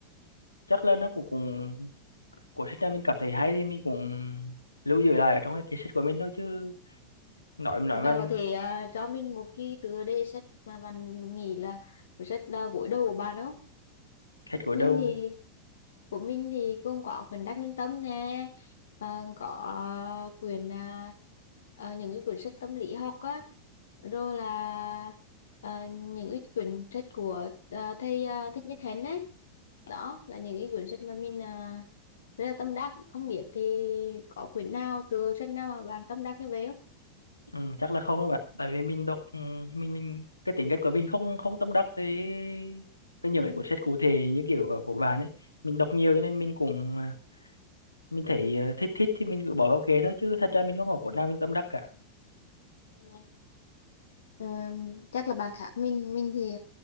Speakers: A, on the left; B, on the left.
A: chắc là nó cũng cũng của sách nào mình cảm thấy hay thì mình cũng lưu giữ lại ở trong cái, cái sách của mình thôi chứ nói nói
B: bà
A: mà
B: có thể ờ, cho mình một cái tựa đề sách mà bạn nghĩ là cuốn sách uh, gối đầu của bạn không?
A: sách của
B: Mình
A: đâu
B: thì của mình thì gồm có quyển Đắc Nhân Tâm nè, ờ, có ờ, quyển ờ, ờ, những cái quyển sách tâm lý học á, rồi là ờ, những cái quyển sách của ờ, thầy ờ, Thích Nhất Hạnh đấy. Đó là những cái quyển sách mà mình ờ, rất là tâm đắc. Không biết thì có quyển nào, tựa sách nào mà bạn tâm đắc như vậy
A: ừ, chắc là không đâu bạn tại vì mình đọc ừ, mình mình cái tính cách của mình không không tâm đắc với với những cái cuốn sách cụ thể như kiểu của bạn ấy mình đọc nhiều cho nên mình cũng à, mình thấy ờ, thích thích thì mình cứ bỏ vào kệ thôi chứ thật ra mình không có cuốn nào mình tâm đắc cả
B: không? Ờ, chắc là bạn khác mình mình thì